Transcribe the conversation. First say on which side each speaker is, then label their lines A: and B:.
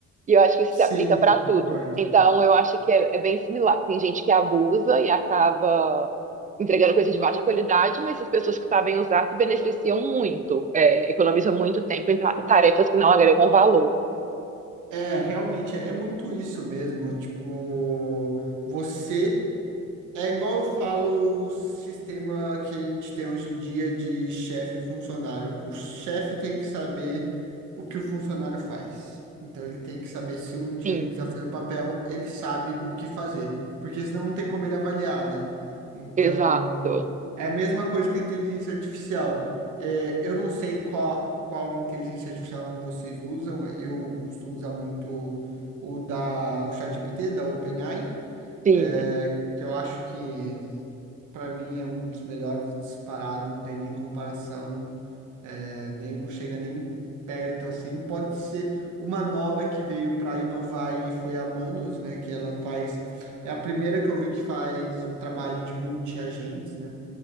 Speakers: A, on the right; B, on the right.
A: E eu acho que isso
B: Sim,
A: se aplica para tudo.
B: concordo.
A: Então, eu acho que é, é bem similar. Tem gente que abusa e acaba entregando coisa de baixa qualidade, mas as pessoas que sabem usar se beneficiam muito, é, economizam muito tempo em ta- tarefas que não agregam valor.
B: É, realmente, é muito isso mesmo. Tipo, você. É igual eu falo o sistema que a gente tem hoje em dia de chefe e funcionário. O chefe tem que saber o que o funcionário faz. Então ele tem que saber se um dia
A: Sim,
B: ele precisar fazer o papel, ele sabe o que fazer. Porque senão não tem como ele avaliar, né? Então
A: exato.
B: é a mesma coisa que a inteligência artificial. É, eu não sei qual, qual inteligência artificial vocês usam. Eu costumo usar muito o da o ChatGPT, da OpenAI,
A: Sim.
B: é, que eu acho que. Para mim é um dos melhores disparado, não tem nem comparação, é, nenhum chega nem perto assim. Pode ser uma nova que veio para inovar e foi a Manus, né? Que ela faz, é a primeira que eu vi que faz o trabalho de multi-agentes, né?